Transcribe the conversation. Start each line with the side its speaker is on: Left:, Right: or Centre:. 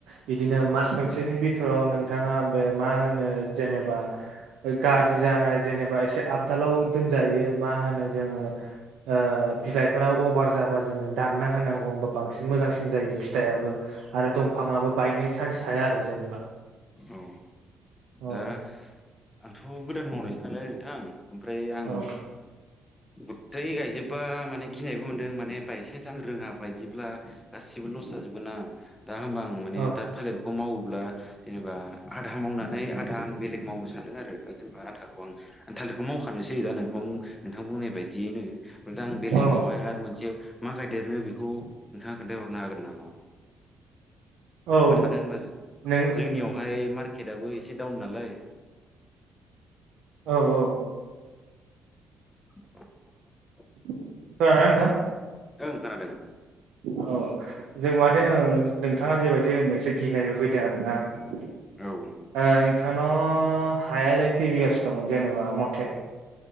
Right: बिदिनो मास मोनसेनि बिथोराव नोंथाङा बे मा होनो जेनेबा ओ गाज्रि जानाय जेनेबा एसे आबदालाव दोनजायो मा होनो जोङो ओ बिलाइफोरा अभार जाबा जोङो दानना होनांगौ होमबा बांसिन मोजांसिन जायो फिथाइआबो। आरो दंफाङाबो बायनो चान्स थाया आरो जेन।
Left: औ
Right: औ
Left: दा आंथ' गोदान मावनायसो नालाय नोंथां। ओमफ्राय आं
Right: औ
Left: गथै गायजोबबा माने गिनायबो मोनदों माने बायसेन्स आं रोङा बायदिब्ला गासिबो लस जाजोबगोन ना दा होमबा आं माने
Right: औ
Left: दा थालिरखौ मावोब्ला जेनेबा आधा मावनानै आधा आं बेलेग मावनो सानदों आरो। दा जेनेबा आधाखौ आं थालिरखौ माव मावखानोसै जायो दा नोंहं नोंथां बुंनाय बायदियैनो दा आं बेलेगावहाय
Right: औ
Left: आरो मोनसे मा गायदेरनो बेखौ नोंथाङा खोन्था हरनो हागोन नामा?
Right: औ
Left: होनो मानो होनबा जो
Right: नों
Left: जोंनियावहाय मार्केटआबो एसे डावन नालाय।
Right: औ औ।
Left: <unintelligible>
Right: खोनादोंना नोंथां
Left: ओं खोनादों।
Right: औ जों माने ओं नोंथाङा जेबायदि होनदों एसे गिनायबो फैदों आरोना। ओ
Left: औ
Right: नोंथांनाव हायालाय खै बिगासो दंमोन जेन'बा मथे